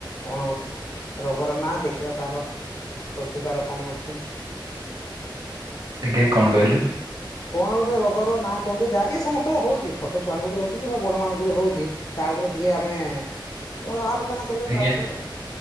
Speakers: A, on the left; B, on the right.
A: କଣ ଗୋଟେ ରୋଗର ନା ଦେଖିବା ତାର ପ୍ରତିକାର କଣ ଅଛି।
B: ଆଜ୍ଞା କଣ କହିଲେ?
A: କଣ ଗୋଟେ ରୋଗର ନାଁ କୁହନ୍ତୁ ଯାହାକି ସମସ୍ତଙ୍କୁ ହଉଛି ଛୋଟ ଛୁଆଙ୍କୁ ବି ହଉଛି କିମ୍ବା ବଡ ମାନଙ୍କୁ ବି ହଉଛି ତା ଉପରେ ଟିକେ ଆମେ <unintelligible>
B: ଆଜ୍ଞା
A: ତା ଉପରେ